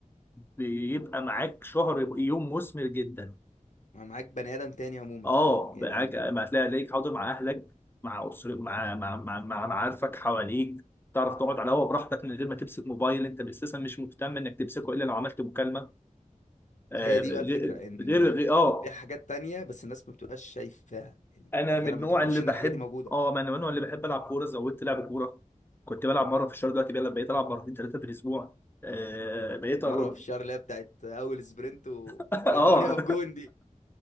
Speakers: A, on the left (about 15°); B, on the left (about 60°).
A: بيبقى معاك شهر يوم مثمر جدا
B: ما معاك بني آدم تاني عموما
A: اه
B: يعني
A: معاك ما هتلاقي عليك حاضر مع اهلك مع اسر مع مع مع, مع معارفك حواليك تعرف تقعد على الهوا براحتك من غير ما تمسك موبايل انت اساسا مش مهتم انك تمسكه الا لو عملت مكالمه آه
B: هي دي
A: غير
B: بقى الفكرة ان
A: غير غير- اه
B: في حاجات تانية بس الناس ما بتبقاش شايفاها يعني
A: انا
B: انت فعلا
A: من النوع
B: ما تعرفش
A: اللي بحب
B: ان الحاجات دي موجودة
A: اه ما انا من النوع اللي بحب العب كوره زودت لعب كوره كنت بلعب مره في الشهر دلوقتي بقى- بقيت العب مرتين ثلاثه في الاسبوع آه بقيت
B: مرة
A: اروح
B: في الشهر اللي هي بتاعت اول سبرنت ورجعوني
A: <laughs> اه
B: اقف جون دي